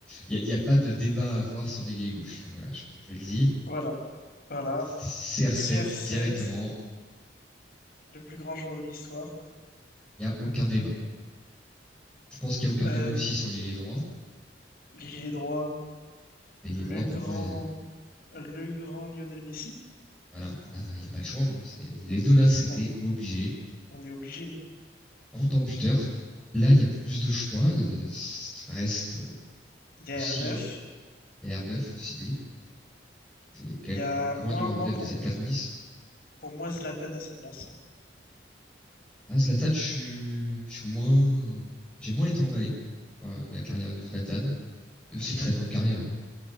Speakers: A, in the centre; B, on the left.
A: il y a, y a pas de débat à avoir sur l'ailier gauche. Voilà, je, je le dis.
B: Voilà, voilà.
A: c r
B: CR7,
A: 7 directement,
B: le plus grand joueur de l'histoire.
A: il n'y a aucun débat. Je pense qu'il n'y a aucun
B: Euh,
A: débat aussi sur l'ailier droit.
B: l'ailier droit,
A: L'ailier
B: le
A: droit, pour
B: grand,
A: moi, euh,
B: le grand Lionel Messi.
A: voilà, il n'y a pas le choix. hein. C'est- Les deux là,
B: C'est-
A: c'était
B: On,
A: obligé.
B: on est obligé.
A: En tant buteur, là, il y a plus de choix. Il euh, reste euh,
B: Il y a
A: aussi
B: R9.
A: R9, si- oui, qui est quand
B: Il
A: même
B: y a
A: le grand
B: moi,
A: numéro
B: moi
A: 9
B: pour,
A: des années 90.
B: pour moi Zlatan à sa place.
A: Ah, Zlatan, je suis, je suis moins, j'ai moins été emballé par la carrière de Zlatan. même ses
B: Ok.
A: très grande carrière hein,